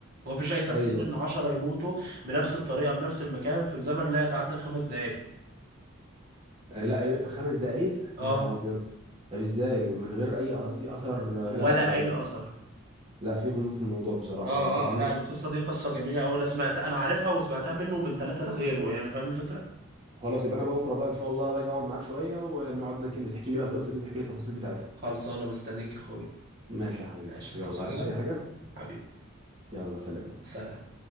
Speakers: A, on the right (about 50°); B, on the right (about 25°).
A: ومفيش اي تفسير
B: ايوه
A: ان عشرة يموتوا بنفس الطريقة بنفس المكان في زمن لا يتعدى الخمس دقايق
B: آه، لا خمس دقائق يا
A: اه
B: نهار ابيض طب ازاي ومن غير اي أص- اثر
A: ولا
B: آه، لا آه،
A: اي
B: ده
A: اثر
B: لا في غموض في الموضوع بصراحه
A: اه
B: طب
A: اه لا القصة دي قصة جميلة اوي انا سمعتها انا عارفها وسمعتها منه ومن ثلاثة غيره يعني فاهم الفكرة
B: خلاص يبقى انا بقى بكره بقى ان شاء الله باجي اقعد معاك شويه ونقعد نك- تحكي لي بقى القصه دي وتحكي لي التفاصيل بتاعتها
A: خلص انا مستنيك يا اخويا
B: ماشي يا حبيبي
A: ماشي هتعوز
B: يلا
A: حاجة
B: عايز اي حاجه
A: حبيبي
B: يلا سلام
A: سلام